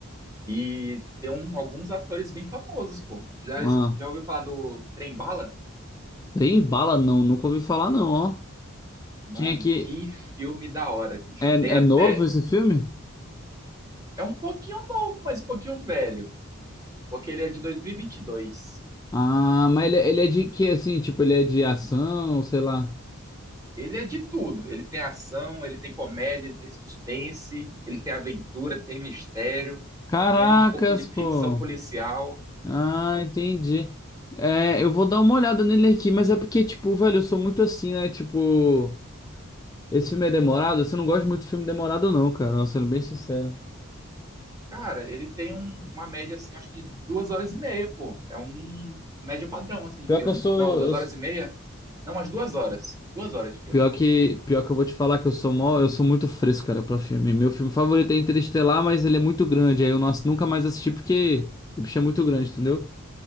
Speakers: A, on the right; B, on the left.
A: e tem um- alguns atores bem famosos, pô. Já,
B: Ah,
A: es- já ouviu falar do Trem Bala?
B: trem bala não, nunca ouvi falar não, ó.
A: Mano,
B: Quem é que
A: que filme da hora, bicho.
B: é,
A: Tem até...
B: é novo esse filme?
A: É um pouquinho novo, mas um pouquinho velho, porque ele é de 2022.
B: Ah, mas ele, ele é de que assim, tipo, ele é de ação, sei lá.
A: Ele é de tudo. Ele tem ação, ele tem comédia, ele tem suspense, ele tem aventura, tem mistério,
B: Caracas,
A: tem um pouco de
B: pô.
A: ficção policial.
B: Ah, entendi. É, eu vou dar uma olhada nele aqui, mas é porque, tipo, velho, eu sou muito assim, né? Tipo, esse filme é demorado. Você não gosta muito de filme demorado, não, cara. Nossa, sendo bem sincero.
A: Cara, ele tem um- uma média assim, acho que de duas horas e meia, pô. É um médio padrão assim de
B: Pior
A: filme.
B: que eu sou.
A: Não, duas
B: eu
A: horas
B: s-
A: e meia? Não, umas duas horas. Duas horas de filme.
B: pior que, pior que eu vou te falar que eu sou mó, eu sou muito fresco, cara, pra filme. Meu filme favorito é Interestelar, mas ele é muito grande. Aí eu não, ass- nunca mais assisti porque o bicho é muito grande, entendeu?